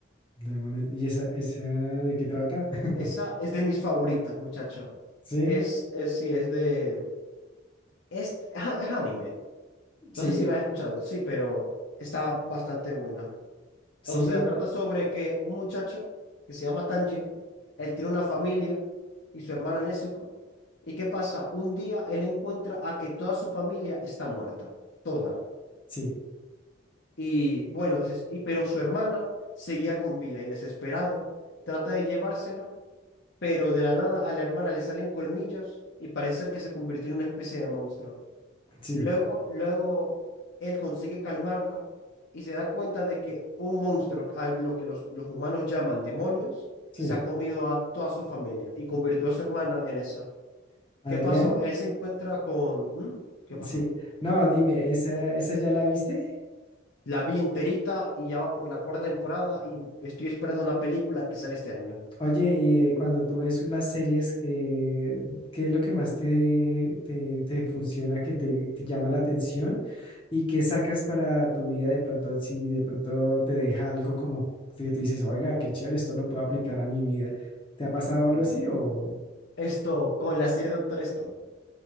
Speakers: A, on the left; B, on the left.
A: Demonios. ¿Y esa, esa de qué trata? <laughs>
B: Esa es de mis favoritas, muchacho.
A: Sí,
B: Es, es sí, es de... Es, ajá, es anime.
A: sí,
B: No sé si lo has escuchado, sí, pero está bastante buena.
A: sí,
B: O sea, trata sobre que un muchacho que se llama Tanjiro, él tiene una familia y su hermana Nezuko. ¿Y qué pasa? Un día él encuentra a que toda su familia está muerta, toda.
A: sí,
B: Y bueno, deses- y, pero su hermana seguía con vida y desesperado trata de llevársela, pero de la nada a la hermana le salen colmillos y parece ser que se convirtió en una especie de monstruo.
A: sí,
B: Luego, luego él consigue calmarla y se da cuenta de que un monstruo, a lo que los, los humanos llaman demonios,
A: sí.
B: se ha comido a toda su familia y convirtió a su hermana en esa.
A: Adrián,
B: ¿Qué pasó? Él se encuentra con... ¿Mm? ¿Qué pasó?
A: sí. No, dime, ¿esa, esa ya la viste?
B: La vi enterita y ya va por la cuarta temporada y estoy esperando una película que sale este año.
A: Oye, y eh, cuando tú ves las series, eh, ¿qué es lo que más te, te, te funciona, que te, te llama la atención? ¿Y qué sacas para tu vida de pronto, si de pronto te deja algo como que tú dices, oiga, qué chévere, esto lo puedo aplicar a mi vida? ¿Te ha pasado
B: Mm.
A: algo así o...?
B: Esto con la serie Doctor Stone.